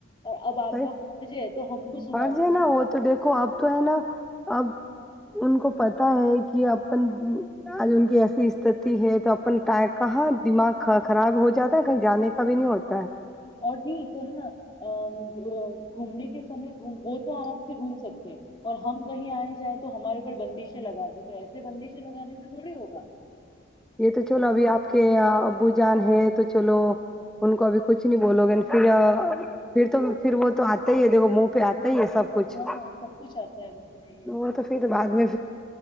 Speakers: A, on the left; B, in the centre.
A: اور اب آپ
B: صحیح
A: کا فوج ہے تو ہم کو سناتے
B: فرض ہے
A: ہیں
B: نا وہ تو دیکھو اب تو ہے نا اب ان کو پتا ہے کہ اپن آج ان کی ایسی استتی ہے تو اپن کہاں دماغ خراب ہو جاتا ہے کہیں جانے کا بھی نہیں ہوتا ہے
A: اور نہیں تو ہے نا گھومنے کے سے وہ تو آرام سے گھوم سکتے اور ہم کہیں آئے جائیں تو ہمارے اوپر بندشیں لگاتے تھے ایسے بندشیں لگانے سے تھوڑی ہوگا
B: یہ تو چلو ابھی آپ کے ابو جان ہے ہے تو چلو ان کو ابھی کچھ نہیں بولو گے پھر پھر تو پھر وہ تو آتا ہی ہے دیک منہ پہ آتا ہی ہے سب کچھ
A: ہاں سب کچھ آتا ہے وہ تو ہے ہی ہے
B: وہ تو پھر بعد میں